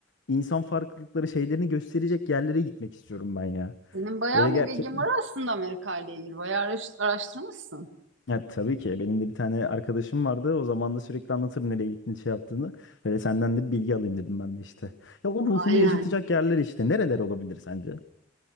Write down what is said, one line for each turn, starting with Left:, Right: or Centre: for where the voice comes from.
Left: insan farklılıkları şeylerini gösterecek yerlere gitmek istiyorum ben ya.
Right: Senin bayağı
Left: Böyle gerçekten.
Right: bir bilgin var aslında Amerika ile ilgili. Bayağı araş- araştırmışsın.
Left: Ya tabii ki benim de bir tane arkadaşım vardı. O zaman da sürekli anlatır nereye gittiğini şey yaptığını. Böyle senden de bilgi alayım dedim ben de işte. Ya o ruhunu
Right: Aynen.
Left: yaşatacak yerler işte. Nereler olabilir sence?